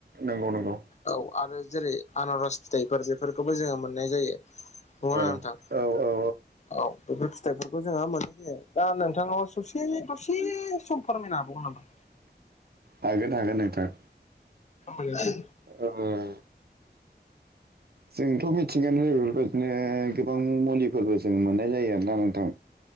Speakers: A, on the right; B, on the left.
A: नंगौ नंगौ
B: औ आरो जेरै आनारस फिथाइफोर बेफोरखौबो जोङो मोननाय जायो। नंगौना
A: औ
B: नङा नोंथां?
A: औ औ
B: औ बेफोर फिथाइफोरखौ जोंहा मोनाय जायो। दा नोंथांनाव ससे दसे सम फोरमायनो हाबावगोन नामा?
A: हागोन हागोन नोंथां
B: फिथाइ
A: उम जोंथ' मिथिगोन बेफोरबायदिनो गोबां मुलिफोरबो जों मोननाय जायो आरोना नोंथां।